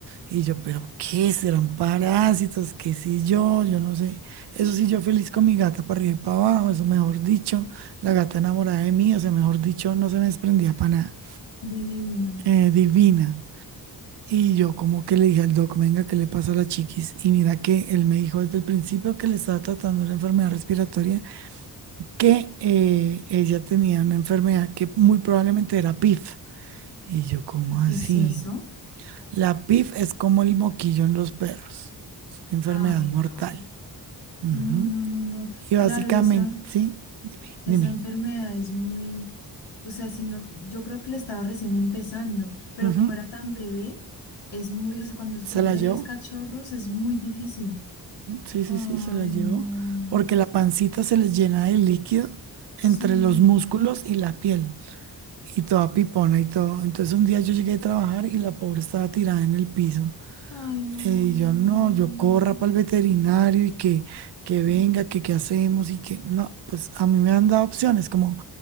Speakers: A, on the right; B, on the left.
A: Y yo, pero ¿qué serán parásitos? ¿Qué sé yo? Yo no sé. Eso sí, yo feliz con mi gata para arriba y para abajo, eso mejor dicho, la gata enamorada de mí, o sea, mejor dicho, no se me desprendía para nada.
B: Divino.
A: Eh, divina. Y yo como que le dije al doc, venga, ¿qué le pasa a la chiquis? Y mira que él me dijo desde el principio que le estaba tratando la enfermedad respiratoria que eh, ella tenía una enfermedad que muy probablemente era PIF. Y yo, ¿cómo
B: ¿Y qué
A: así?
B: es eso?
A: La PIF es como el moquillo en los perros, es una enfermedad
B: Ay,
A: mortal.
B: no.
A: Ujú.
B: No, no, no, no.
A: Y básicamente,
B: Claro, y esa,
A: sí,
B: esa
A: dime,
B: enfermedad es muy, o sea, si no, yo creo que le estaba recién empezando, pero
A: Ujú.
B: como era tan bebé, es muy, o sea, cuando son
A: Se la
B: bebés
A: llevó,
B: cachorros es muy difícil.
A: sí, sí,
B: Ay,
A: sí, se la llevó,
B: no.
A: porque la pancita se les llena de líquido entre
B: Sí.
A: los músculos y la piel, y toda pipona y todo. Entonces un día yo llegué a trabajar y la pobre estaba tirada en el piso
B: Ay, no,
A: Y
B: no, no,
A: yo
B: no,
A: no,
B: no.
A: yo corra para el veterinario y que, que venga, que qué hacemos y que no, pues a mí me han dado opciones como,